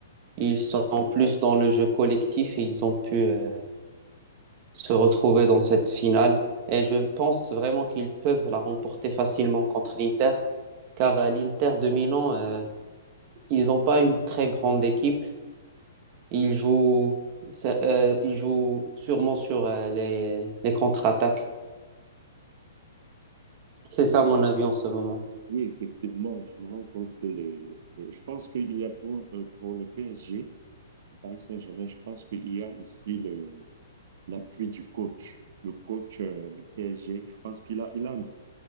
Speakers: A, on the right (about 40°); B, on the right (about 60°).
A: ils sont plus dans le jeu collectif et ils ont pu euh, se retrouver dans cette finale. Et je pense vraiment qu'ils peuvent la remporter facilement contre l'Inter, car euh, l'Inter de Milan, euh, ils n'ont pas une très grande équipe. Ils jouent, c'est- euh, ils jouent sûrement sur euh, les, les contre-attaques. C'est ça
B: Oui,
A: mon avis en ce moment.
B: oui, effectivement, je me rends compte que le, le- je pense qu'il y a pour, euh, pour le PSG, le Paris Saint-Germain, je pense qu'il y a aussi le, l'appui du coach, le coach, euh, du PSG. Je pense qu'il a, il a,